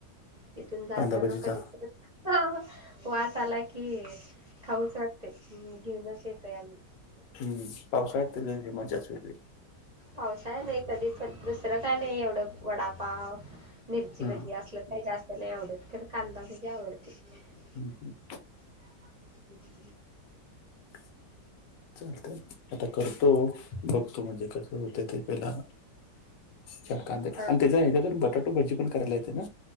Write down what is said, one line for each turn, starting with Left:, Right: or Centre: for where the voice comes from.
Right: तिथून जाताना
Left: कांदा भजीचा
Right: कधी तर वास आला की खाऊच वाटतंय मग घेऊनच येतोय आम्ही.
Left: हम्म पावसाळ्यात त्याची मजाच वेगळी.
Right: पावसाळा नाही कधी पण दुसरं काय नाही एवढं वडापाव मिरची
Left: हा
Right: भजी असलं काही जास्त नाही आवडतं खरं कांदा भजी आवडते.
Left: हम्म हम्म.
Right: <unintelligible>
Left: <inaudible> चालतंय आता करतो, बघतो म्हणजे कसं होतंय ते पहिला. चार कांद्या
Right: हा.
Left: आणि त्याचा ह्याच्यातून बटाटो भजी पण करायला येते ना?